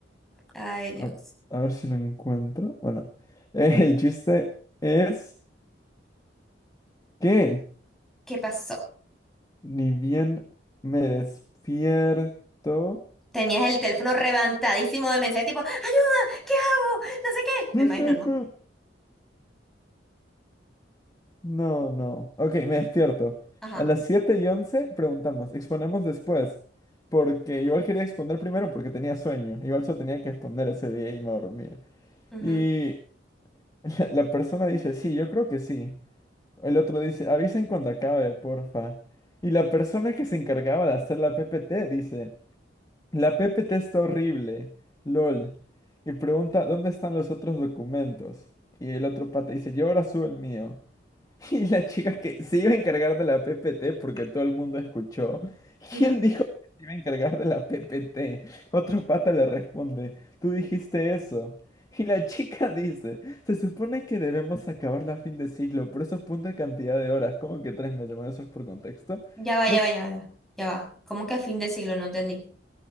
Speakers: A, in the centre; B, on the left.
A: Ay, Dios.
B: A, a ver si lo encuentro. Bueno, <laughs> eh, el chiste es que
A: ¿Qué pasó?
B: ni bien me despierto.
A: Tenías el teléfono reventadísimo de mensajes tipo, ¡Ayuda! ¿Qué hago? No sé qué.
B: <laughs>
A: Me imagino, ¿no?
B: No, no. Ok, me despierto.
A: Ajá.
B: A las 7 y 11 preguntamos, exponemos después. Porque igual quería exponer primero porque tenía sueño. Igual solo tenía que exponer ese día y me iba a dormir.
A: Ujú,
B: Y <laughs> la, la persona dice, sí, yo creo que sí. El otro dice, avisen cuando acabe, porfa. Y la persona que se encargaba de hacer la PPT dice, la PPT está horrible. LOL. Y pregunta, ¿dónde están los otros documentos? Y el otro pata dice, yo ahora subo el mío. <laughs> Y la chica que se iba a encargar de la PPT porque todo el mundo escuchó.
A: ujú.
B: ¿Quién dijo que se iba a encargar de la PPT? Otro pata le responde, tú dijiste eso. Y la chica <laughs> dice, se supone que debemos acabarla a fin de siglo, por eso es punta cantidad de horas, como que tres meses, bueno, eso es por contexto.
A: Ya va,
B: No
A: ya
B: sé,
A: va, ya va. Ya va. Ya va. ¿Cómo que a fin de siglo? No entendí.